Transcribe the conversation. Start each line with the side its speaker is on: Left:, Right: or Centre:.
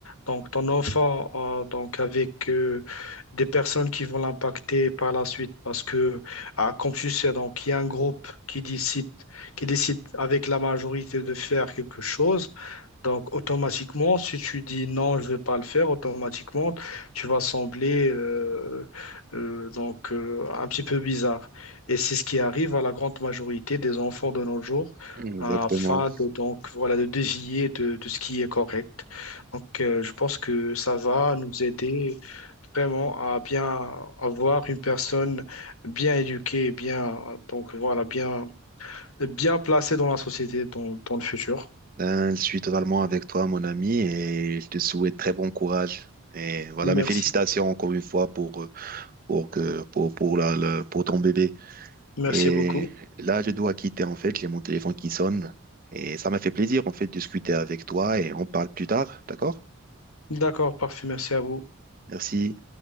Left: donc, ton enfant euh, donc, avec euh, des personnes qui vont l'impacter par la suite parce que ah, comme tu sais, donc, il y a un groupe qui décide, qui décide avec la majorité de faire quelque chose. Donc, automatiquement, si tu dis non, je ne vais pas le faire, automatiquement, tu vas sembler euh, euh, donc, euh, un petit peu bizarre. Et c'est ce qui arrive à la grande majorité des enfants de nos jours
Right: Exactement.
Left: afin de, donc, voilà, de dévier de, de ce qui est correct. Donc, euh, je pense que ça va nous aider vraiment à bien avoir une personne bien éduquée, bien, donc, voilà, bien, bien placée dans la société, dans, dans le futur.
Right: Ben, je suis totalement avec toi, mon ami, et je te souhaite très bon courage. Et voilà,
Left: Merci.
Right: mes félicitations encore une fois pour, euh, pour, que, pour, pour, la, la- pour ton bébé.
Left: Merci
Right: Et
Left: beaucoup.
Right: là, je dois quitter, en fait, j'ai mon téléphone qui sonne. Et ça m'a fait plaisir, en fait, de discuter avec toi et on parle plus tard, d'accord?
Left: D'accord, parfait, merci à vous.
Right: Merci.